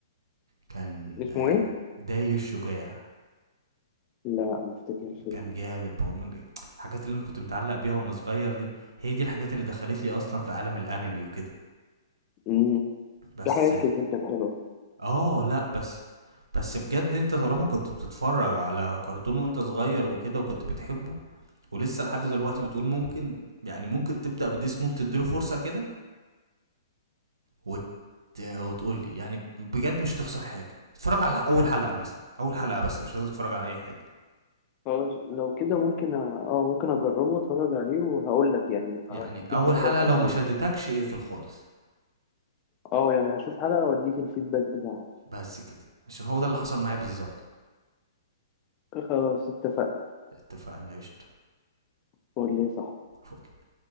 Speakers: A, on the right; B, on the left.
A: كان
B: اسمه
A: آه،
B: ايه
A: داي الشجاع
B: لا ما افتكرش ده
A: كان جامد بقى من الحاجات اللي انا كنت متعلق بيها وانا صغير دي هي دي الحاجات اللي دخلت لي اصلا في عالم الانمي وكده
B: امم
A: بس
B: في حاجات كتير كانت حلوه
A: اه لا بس بس بجد انت طالما كنت بتتفرج على كرتون وانت صغير وكده وكنت بتحبه ولسه لحد دلوقتي
B: امم
A: بتقول ممكن يعني ممكن تبدأ بديس نوت تديله فرصة كده وت... وتقول لي يعني بجد مش هتخسر حاجه اتفرج على اول حلقه مثلا اول حلقه بس مش لازم تتفرج على اي حاجه
B: خلاص لو كده ممكن أ- اه ممكن اجربه واتفرج عليه وهقول لك يعني
A: يعني
B: هوديك
A: اول
B: الفيدباك
A: حلقه
B: على
A: لو
B: طول
A: ما شدتكش اقفل خالص
B: اه يعني هشوف حلقه واديك الفيدباك بتاعها
A: بس كده عشان هو ده اللي حصل معايا بالظبط
B: خلاص اتفقنا
A: اتفقنا قشطه
B: قول لي صح
A: فول